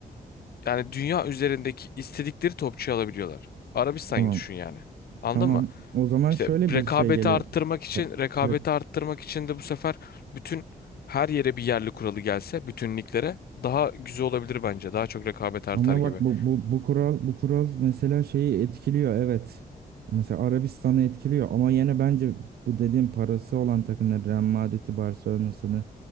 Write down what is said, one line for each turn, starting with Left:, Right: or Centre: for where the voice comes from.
Left: yani dünya üzerindeki istedikleri topçuyu alabiliyorlar. Arabistan'ı
Right: Tamam.
Left: düşün yani. Anladın
Right: Tamam.
Left: mı?
Right: O zaman
Left: İşte
Right: şöyle
Left: rekabeti
Right: bir şey geliyor.
Left: arttırmak için rekabeti
Right: Evet
Left: arttırmak için de bu sefer bütün her yere bir yerli kuralı gelse bütün liglere daha güzel olabilir bence. Daha çok rekabet artar
Right: Ama
Left: gibi.
Right: bak bu, bu, bu kural bu kural mesela şeyi etkiliyor evet. Mesela Arabistan'ı etkiliyor ama yine bence bu dediğim parası olan takımları Real Madrid'i, Barcelona'sını,